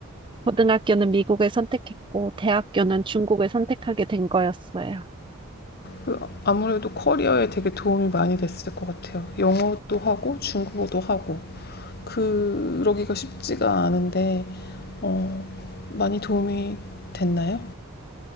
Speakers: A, on the right; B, on the left.
A: 고등학교는 미국을 선택했고 대학교는 중국을 선택하게 된 거였어요.
B: 그 아무래도 커리어에 되게 도움이 많이 됐을 것 같아요. 영어도 하고 중국어도 하고 그러기가 쉽지가 않은데 어, 많이 도움이 됐나요?